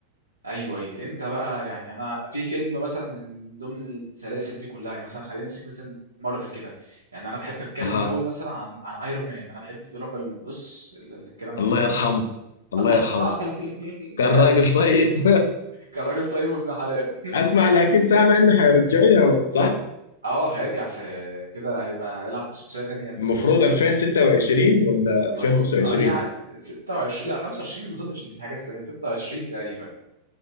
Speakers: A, on the right; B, on the left.
A: ايوه اي انت بقى يعني انا في فيلم مثلا من ضمن السلاسل دي كلها يعني مثلا خلينا نمسك مثلا مارفل كده يعني انا بحب اتكلم
B: آه.
A: قوي مثلا عن عن ايرون مان انا بحب الراجل بص ال- ال- الكلام ده
B: الله
A: كله
B: يرحمه الله
A: الله
B: يرحمه
A: يرحمه
B: كان راجل
A: <laughs>
B: طيب
A: كان راجل طيب وابن حلال
B: <laughs> اسمع لكن سامع انه حيرجعوا يا مان، صح
A: <laughs> اه هيرجع في كده هيبقى يلعب بشخصيه تانية في دكتور
B: المفروض
A: دوم
B: 2026 ولا 2025
A: بس آه، يعني 26 لا 25 ما اظنش ان في حاجه السنه دي 26 تقريبا